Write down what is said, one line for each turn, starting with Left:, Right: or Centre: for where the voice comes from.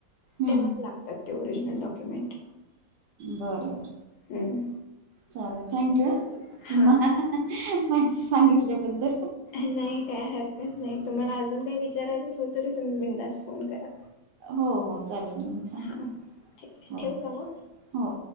Right: हम्म
Left: तेव्हाच लागतात ते ओरिजिनल डॉक्युमेंट.
Right: बर बर
Left: हम्म.
Right: चालेल. Thanks.
Left: हां
Right: तुम्ही मला माहिती सांगितल्याबद्दल.
Left: नाही. काय हरकत नाही. तुम्हाला अजून काही विचारायचं असल तरी तुम्ही बिंदास फोन करा.
Right: हो हो चालेल. मी सांगते.
Left: हां ठीक आहे
Right: हो.
Left: ठेवू का मग
Right: हो.